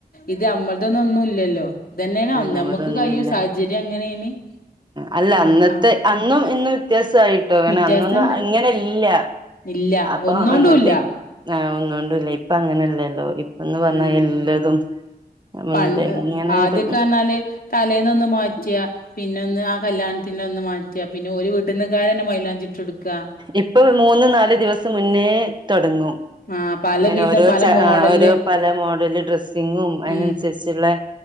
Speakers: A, on the left; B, on the right.
A: ഇത് നമ്മളടെന്ന ഒന്നും ഇല്ലല്ലോ ഇതന്നെയാണ്
B: ഞമ്മൾതൊന്നുല്ല
A: നമ്മുക്ക് കയോ സാഹചര്യം അങ്ങനെയാണ്
B: അല്ല
A: നമ്മള്
B: അന്നത്തെ
A: ആ
B: അന്നും ഇന്ന് വ്യത്യാസായിട്ടോ അങ്ങനെ
A: വ്യത്യാസണ്ട്
B: അന്നൊന്നും ഇങ്ങനെല്ല
A: ഇല്ല
B: അപ്പൊ
A: ഒന്നോണ്ടുല്ല
B: അങ്ങനത്തെ ആഹ് ഒന്നൊണ്ടല്ല ഇപ്പങ്ങനെല്ലല്ലോ ഇപ്പന്ന് പറഞ്ഞാ
A: ഉം
B: എല്ലതും മുന്നില്
A: പണ്ട്
B: ഇങ്ങനെ
A: ആദ്യക്കെ
B: ഒരു
A: പറഞ്ഞാല് തലേന്നൊന്ന് മാറ്റിയ പിന്നെ ഒന്ന് ആ കല്യാണത്തിന്റെ അന്ന് മാറ്റാ പിന്നെ ഓര് വീട്ടന്ന്ക്കാര് തന്നെ മൈലാഞ്ചി ഇട്ടോടുക്കാ
B: ഇപ്പൊ മൂന്ന് നാല് ദിവസം മുന്നേ തുടങ്ങും
A: ആഹ് പലവിധം
B: അങ്ങനെ ഓരോ
A: പല
B: ച
A: മോഡല്
B: ആഹ് ഓരോ പല മോഡല് ഡ്രെസ്സിങ്ങും അതിനനുസരിച്ചുള്ള
A: ഉം